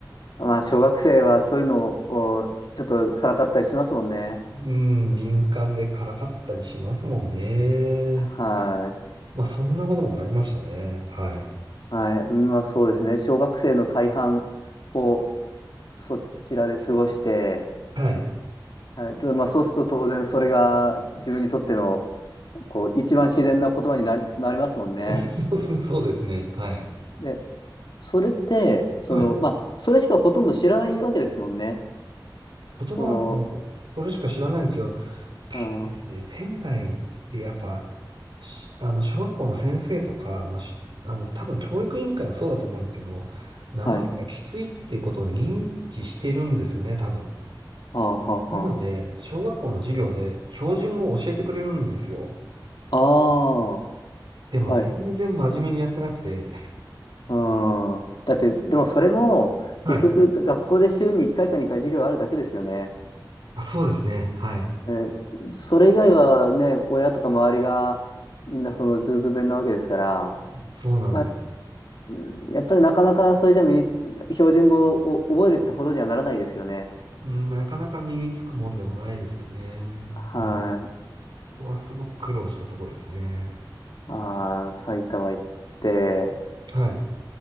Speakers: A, on the left; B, on the right.
A: まあ、小学生はそういうのをちょっとからかったりしますもんね。
B: うん、敏感でからかったりしますもんね。
A: は
B: まあそんなこともありましたね。はい。
A: い。はい。まあ、そうですね。小学生の大半をそちらで過ごして、
B: はい。
A: はい。でまあ、そうすると当然それが自分にとっての、こう、一番自然な言葉になり、なりますもんね。
B: <laughs> そうそうですね。はい。
A: で、それって、その、
B: はい。
A: まあ、それしかほとんど知らないわけですもんね。
B: 言葉、
A: そ
B: それしか知らないんですけど、ただですね、
A: の、うん、
B: 仙台ってやっぱ、しあの、小学校の先生とか、まあ、しあの、多分教育委員会もそうだと思うんですけど、名前がきついっていうことを認知してるんですよね、
A: はい。
B: 多分。
A: はあ、はあ、
B: なので、
A: は
B: 小学校の授業で標準語を教えてくれるんですよ。
A: あ。ああ、
B: でも全然真面目にやってなくて、
A: はい。うん。だって、でもそれも、
B: はい。
A: 結局、学校で週に1回か2回授業あるだけですよね。
B: あ、そうですね。はい。
A: ね、それ以外はね、親とか周りが、みんなそのズーズー弁なわけですから、
B: そうなんです。
A: まあ、うんやっぱりなかなかそれじゃ身に、標準語を覚えるってほどにはならないですよね。
B: なかなか身につくもんでもないですよね。
A: はい。
B: はい。ここはすごく苦労したとこですね。
A: ああ、埼玉行って、
B: はい。